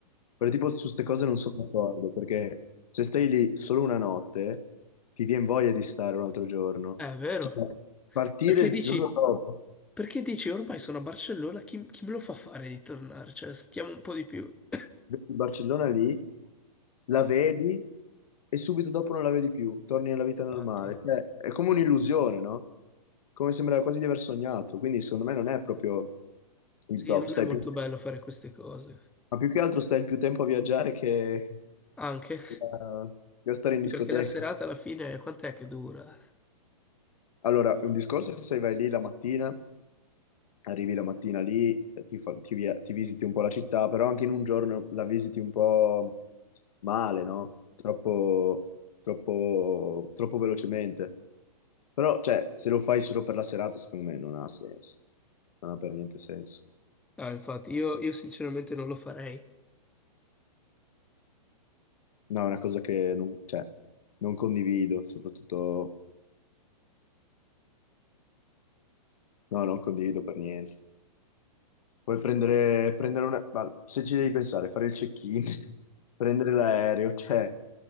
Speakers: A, on the left; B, in the centre.
A: Però tipo su queste cose non sono d'accordo, perché se stai lì solo una notte, ti viene voglia di stare un altro giorno.
B: "Eh, è vero.
A: Cioè, partire
B: Perché
A: il
B: dici,
A: giorno dopo.
B: perché dici ormai sono a Barcellona, chi, chi me lo fa fare di tornare? Cioè, stiamo un po' di più. <coughs>
A: vedi il Barcellona lì, la vedi e subito dopo non la vedi più, torni nella vita normale.
B: Infatti,
A: Cioè, è come un'illusione, no? Come sembra quasi di aver sognato. Quindi, secondo me, non è proprio il
B: sì,
A: top.
B: non
A: Stai
B: è molto
A: più...
B: bello fare queste cose.
A: Ma più che altro stai più tempo a viaggiare che,
B: Anche
A: che a che a stare in discoteca.
B: perché la serata alla fine, quant'è che dura?
A: Allora, è un discorso è se vai lì la mattina. arrivi la mattina lì, ti, fa- ti via- ti visiti un po' la città, però anche in un giorno la visiti un po' male, no? Troppo, troppo, troppo velocemente. Però, cioè, se lo fai solo per la serata, secondo me non ha senso. Non ha per niente senso.
B: Ah, infatti, io, io sinceramente non lo farei.
A: No, è una cosa che non, cioè, non condivido, soprattutto... No, non condivido per niente. Puoi prendere, prendere una... ma se ci devi pensare, fare il check-in, <laughs> prendere l'aereo, cioè